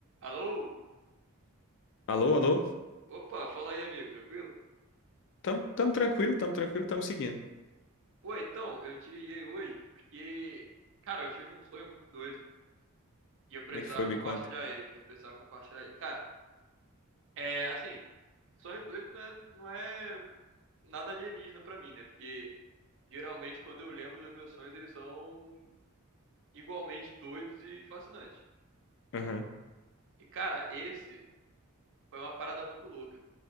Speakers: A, on the right; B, on the left.
A: Alô?
B: Alô, alô?
A: Opa, fala aí, amigo, tranquilo?
B: Tamo, tamo tranquilo, tamo tranquilo, tamo seguindo.
A: Pô, então, eu te liguei hoje porque, cara, eu tive um sonho muito doido e eu precisava
B: Como é que foi? Me
A: compartilhar
B: conta.
A: ele. Eu precisava compartilhar ele. Cara, é assim, sonho doido não é, não é nada alienígena pra mim, né? Porque geralmente quando eu lembro dos meus sonhos, eles são igualmente doidos e fascinantes.
B: Aham.
A: E, cara, esse foi uma parada muito louca.